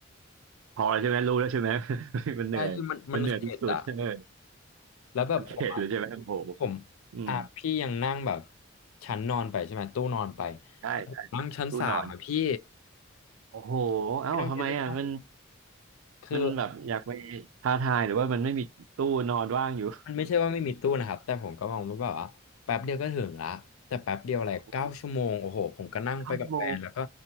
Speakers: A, on the right; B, on the left.
A: <laughs> พอแล้วใช่ไหมรู้แล้วใช่ไหม <laughs> มันเหนื่อยมันเหนื่อยที่สุดเออ
B: ใช่พี่มันมันเข็ดอะแล้วแบบผมอะ
A: มันเข็ดเลยใช่ไหมโอ้โห
B: ผม
A: อืม
B: อ่ะพี่ยังนั่งแบบชั้นนอนไปใช่ไหมตู้นอนไป
A: ใช่ใช่
B: แต่ผมนั่งชั้นสามอะพี่
A: ตู้นอน โอ้โหเอ้าทำไมอ่ะมัน
B: พี่ต้องคิดสภาพคือ
A: มันแบบอยากไปท้าทาย หรือว่ามันไม่มีตู้นอนว่างอยู่
B: มันไม่ใช่ว่าไม่มีตู้นะครับแต่ผมก็มองว่าแบบว่าแป๊บเดียวก็ถึงละแต่แป๊บเดียวอะไรเก้าชั่วโมงโอ้โหผมก็นั่งไปกับแฟนแล้วก็
A: โอ้โหเก้าชั่วโมง